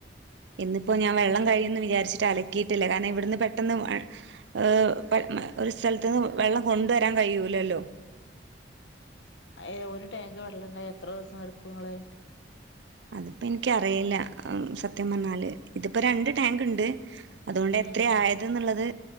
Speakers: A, on the right; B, on the left.
A: ഇന്നിപ്പോ ഞാൻ വെള്ളം കഴിയുന്ന് വിചാരിച്ചിട്ട് അലക്കീട്ടില്ല കാരണം ഇവിടുന്ന് പെട്ടെന്ന് മഴ് മ മഴ ഒരു സ്ഥലത്തുന്ന് വെള്ളം കൊണ്ടുവരാൻ കഴിയൂലല്ലോ
B: ഏഹ് ഒരു ടാങ്ക് വെള്ളണ്ടായാ എത്രുസം എടുക്കും ഇങ്ങള്
A: അതിപ്പോ ഇൻക്ക് അറിയില്ല സത്യം പറഞ്ഞാല് ഇതിപ്പോ രണ്ട് ടാങ്ക് ഇണ്ട് അതൊണ്ട് എത്ര
B: ഉം
A: ആയത് എന്നുള്ളത്